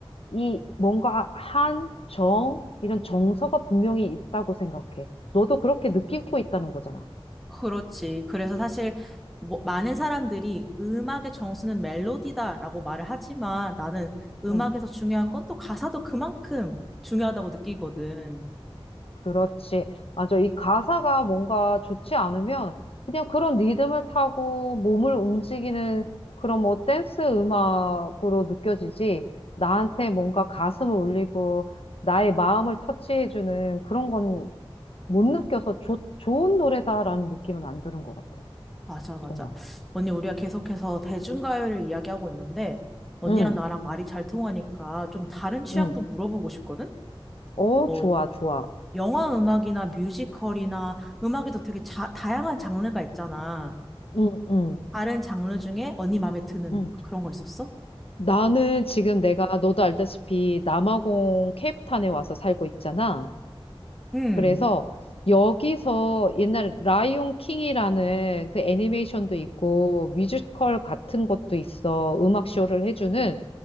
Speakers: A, on the left; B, in the centre.
A: 이 뭔가 한, 정, 이런 정서가 분명히 있다고 생각해. 너도 그렇게 느끼고 있다는 거잖아.
B: 그렇지. 그래서 사실 뭐, 많은 사람들이 음악의 정수는 멜로디다라고 말을 하지만 나는 음악에서
A: 응.
B: 중요한 건 또 가사도 그만큼 중요하다고 느끼거든.
A: 그렇지. 맞아. 이 가사가 뭔가 좋지 않으면 그냥 그런 리듬을 타고 몸을 움직이는 그런 뭐 댄스 음악으로 느껴지지. 나한테 뭔가 가슴을 울리고 나의 마음을 터치해주는 그런 건 못 느껴서 좋 좋은 노래다라는 느낌은 안 드는 것 같아.
B: 맞아, 맞아.
A: 정말.
B: 언니, 우리가 계속해서 대중가요를 이야기하고 있는데 언니랑
A: 응,
B: 나랑 말이 잘 통하니까 좀 다른 취향도
A: 응.
B: 물어보고 싶거든?
A: 어,
B: 뭐
A: 좋아, 좋아.
B: 영화 음악이나 뮤지컬이나 음악에도 되게 자, 다양한 장르가 있잖아.
A: 응, 응,
B: 다른 장르 중에 언니 마음에 드는
A: 응.
B: 그런 거 있었어?
A: 나는 지금 내가 너도 알다시피 남아공 케이프타운에 와서 살고 있잖아.
B: 음,
A: 그래서 여기서 옛날 라이온 킹이라는 그 애니메이션도 있고 뮤지컬 같은 것도 있어. 음악 쇼를 해주는.